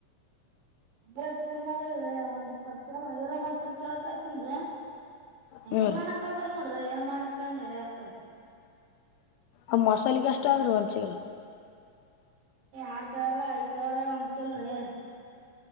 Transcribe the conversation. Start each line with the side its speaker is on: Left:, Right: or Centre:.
Right: ಅಂಬರಾಜಪುರ್ ನಗರ ಒಂದು ಇಪ್ಪತ್ತು ಏರೋ ಮಾ ಕೇಳಕ್ ಆತನ್ರರಿ
Left: ಹ್ಞೂ
Right: ಇಲ್ಲನ
Left: ರೀ
Right: ಕತಾರ ನೋಡ್ರಿ ಏನ್ ಮಾಡ ಕೊಂಡ ರಪ್ಪಾ
Left: ಆ ಮಸಾಲೆಗಷ್ಟ ಆದ್ರರು ಒಂಚಲ್ಲ
Right: ಆಡ್ ಸಾವಿರ ಐದ್ ಸಾವಿರ ಒಂದು ಚಲ್ರಿಿ